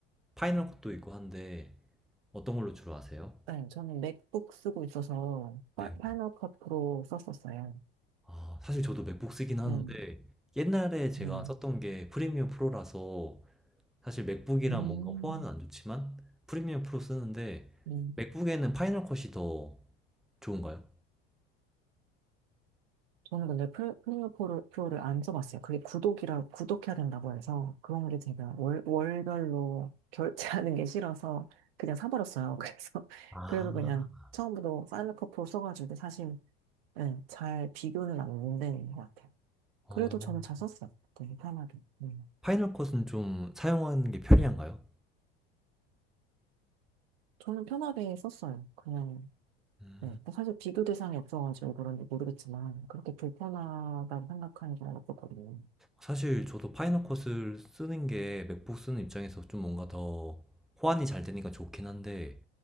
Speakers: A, in the centre; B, on the right (about 75°).
A: 파이널 컷도 있고 한데 어떤 걸로 주로 하세요?
B: 네, 저는 맥북 쓰고 있어서, 파,
A: 네.
B: 파이널 컷 프로 썼었어요.
A: 아, 사실 저도 맥북 쓰긴 하는데
B: 네,
A: 옛날에 제가
B: 네.
A: 썼던 게 프리미엄 프로라서 사실 맥북이랑
B: 음.
A: 뭔가 호환은 안 좋지만 프리미엄 프로 쓰는데
B: 음.
A: 맥북에는 파이널 컷이 더 좋은가요?
B: 저는 근데 플- 플레이어 프로를, 프로를 안 써봤어요. 그게 구독이라, 구독해야 된다고 해서 그런 게 제가 월, 월별로 결제하는 게 싫어서 그냥 사버렸어요. 그래서, <laughs>
A: 아,
B: 그래서 그냥 처음부터 파이널 컷 프로 써가지고 사실, 예, 잘 비교는 안 되는 것 같아요. 그래도
A: 어.
B: 저는 잘 썼어요. 되게 편하게. 음.
A: 파이널 컷은 좀 사용하는 게 편리한가요?
B: 저는 편하게 썼어요. 그냥,
A: 음.
B: 네. 사실 비교 대상이 없어가지고 그런지 모르겠지만 그렇게 불편하다고 생각하는 게 없었거든요.
A: 사실 저도 파이널컷을 쓰는 게 맥북 쓰는 입장에서 좀 뭔가 더 호환이 잘 되니까 좋긴 한데